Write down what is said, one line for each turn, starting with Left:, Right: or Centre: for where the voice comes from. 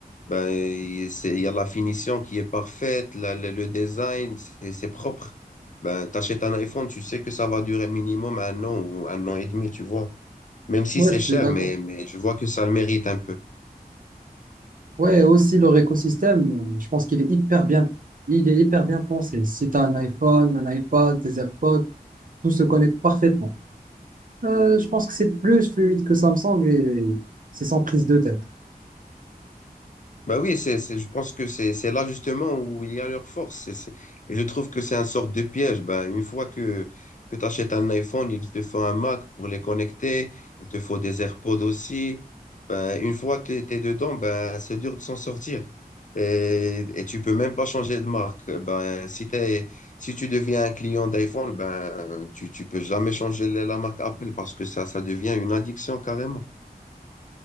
Left: Ben, il c'est- il y a la finition qui est parfaite, la- le, le design, c'est c'est propre. Ben, t'achètes un iPhone, tu sais que ça va durer minimum un an ou un an et demi, tu vois. Même si
Right: Ouais,
Left: c'est
Right: je
Left: cher,
Right: suis d'accord.
Left: mais, mais je vois que ça le mérite un peu.
Right: Ouais, aussi leur écosystème, euh, je pense qu'il est hyper bien, il est hyper bien pensé. Si tu as un iPhone, un iPad, des AirPods, tout se connecte parfaitement. Euh, je pense que c'est plus fluide que Samsung et c'est sans prise de tête.
Left: Bah oui, c'est, c'est- je pense que c'est, c'est là justement où il y a leur force. C'est- c'est- et je trouve que c'est un sorte de piège. Ben, une fois que, que tu achètes un iPhone, il te faut un Mac pour les connecter, il te faut des AirPods aussi. Ben, une fois que tu es, dedans, ben, c'est dur de s'en sortir. Et, et tu peux même pas changer de marque. Ben, si t'es, si tu deviens un client d'iPhone, ben, tu, tu peux jamais changer la la marque Apple parce que ça, ça devient une addiction carrément.